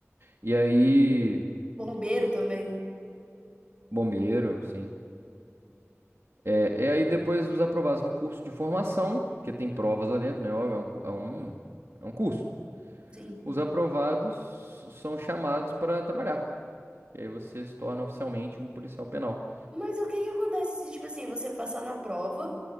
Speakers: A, on the right (about 60°); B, on the right (about 20°).
A: E aí,
B: Bombeiro também, né?
A: bombeiro, sim. É, e aí depois os aprovados no curso de formação, porque tem provas lá dentro, né? Óbvio, é um, cu- é um, é um curso.
B: Sim.
A: Os aprovados são chamados para trabalhar. E aí você se torna oficialmente um policial penal.
B: Mas o que que acontece se, tipo assim, você passar na prova